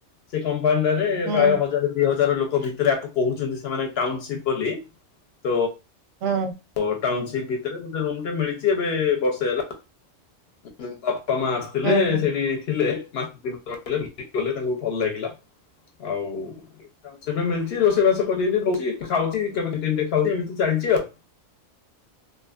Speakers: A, on the left (about 60°); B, on the right (about 85°).
A: ସେ କମ୍ପ ମ୍ପାନି ଟାରେ
B: ହୁଁ
A: ପ୍ରାୟ ହଜାର ଦିଇ ହଜାର ଲୋକ ଭିତରେକୁ କୋହୁଚନ୍ତି ସେମାନେ ଟାଉନସିପ ବୋଲି ତ
B: ହୁଁ
A: ଓ ଟାଉନସିପ ଭିତରେ ଗୋଟେ ରୁମ୍ ଟେ ମିଳିଛି ଏବେ ବର୍ଷେ ହେଲା ବାପା ମା ଆସିଥିଲେ
B: ହୁଁ ହୁଁ।
A: ସେଠି ଥିଲେ <unintelligible> ତାଙ୍କୁ ଭଲ ଲାଗ ଲା ଆଉ <unintelligible> ମିଳଚି ରୋଷେଇବାସ କରି ରହୁଚି ଖାଉଚି କେତି ଖାଉଚି ଏମିତି ଚାଲିଚି ଆଉ